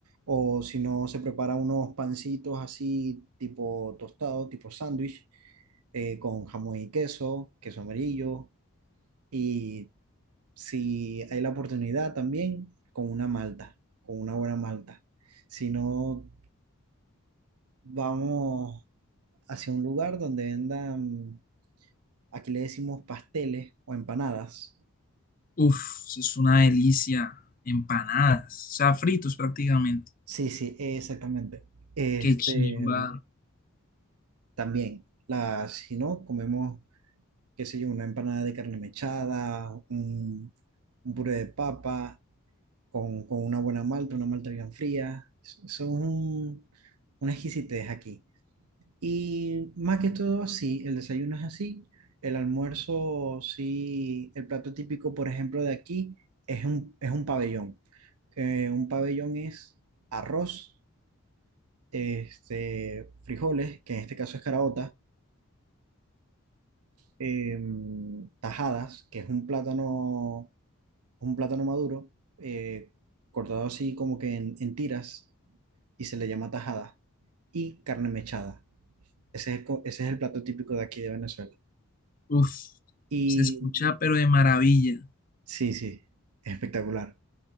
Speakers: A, on the right; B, on the left.
A: O si no, se prepara unos pancitos así, tipo tostado, tipo sándwich, eh, con jamón y queso, queso amarillo. Y si hay la oportunidad también, con una malta, con una buena malta. Si no, vamos hacia un lugar donde vendan, aquí le decimos pasteles o empanadas.
B: Uf, eso es una delicia. Empanadas, o sea, fritos prácticamente.
A: Sí, sí, exactamente. Este,
B: Qué chimba.
A: también, la, si no, comemos, qué sé yo, una empanada de carne mechada, un, un puré de papa, con, con una buena malta, una malta bien fría. Son un, una exquisitez aquí. Y más que todo así, el desayuno es así, el almuerzo sí, el plato típico, por ejemplo, de aquí es un, es un pabellón. Eh, un pabellón es arroz, este, frijoles, que en este caso es caraota, em, tajadas, que es un plátano, un plátano maduro, eh, cortado así como que en, en tiras y se le llama tajada, y carne mechada. Ese es, co- ese es el plato típico de aquí de Venezuela.
B: Uf,
A: Y
B: se escucha pero de maravilla.
A: Sí, sí, espectacular.